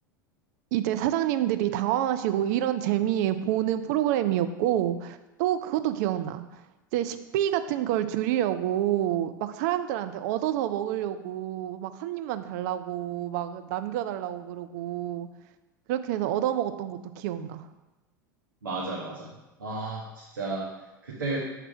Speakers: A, on the right (about 55°); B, on the right (about 80°).
A: 이제 사장님들이 당황하시고 이런 재미에 보는 프로그램이었고 또 그것도 기억나. 이제 식비 같은 걸 줄이려고 막 사람들한테 얻어서 먹으려고 막 한 입만 달라고 막 남겨달라고 그러고 그렇게 해서 얻어먹었던 것도 기억나.
B: 맞아, 맞아. 아, 진짜 그때